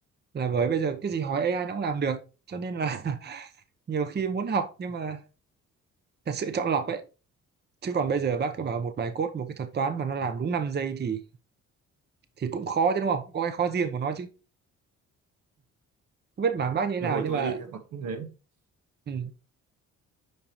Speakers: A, on the right; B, on the right.
A: là với bây giờ cái gì hỏi AI nó cũng làm được cho nên là <laughs> nhiều khi muốn học nhưng mà thật sự chọn lọc ấy chứ còn bây giờ bác cứ bảo một bài code một cái thuật toán mà nó làm đúng 5 giây thì thì cũng khó chứ đúng không Cũng có cái khó riêng của nó chứ không biết mảng bác như thế
B: nhưng
A: nào
B: hồi
A: nhưng
B: tôi
A: mà
B: đi là cũng thế
A: ừ,